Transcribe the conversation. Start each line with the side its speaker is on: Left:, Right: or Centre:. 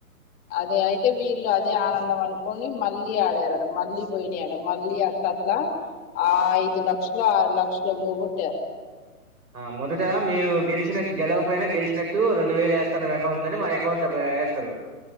Left: అదే అయితే వీళ్ళు అదే ఆనందం అనుకొని మళ్ళీ ఆడారట మళ్ళీ పోయినీయట మళ్ళీ అ లట్లా ఆ ఐదు లక్షలో ఆరు లక్షలో బోగొట్టారు
Right: ఆ మొదట మీరు గెలిచినట్టు గెలవపోయినా గెల్చినట్టు రెండు వేలేస్తానారు అకౌంట్లలోని మన అకౌంట్ లో వేస్తారు